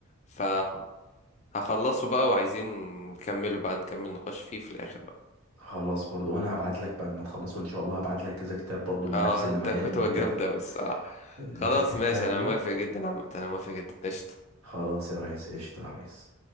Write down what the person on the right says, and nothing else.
خ-
خلاص برضو وانا هبعت لك بعد ما تخلصوا ان شاء الله هبعت لك كذا كتاب برضو من
نفس النوعية
اللي انت
بتحب
اللي
انت بتحبها
دي
خلاص يا ريس قشطة يا ريس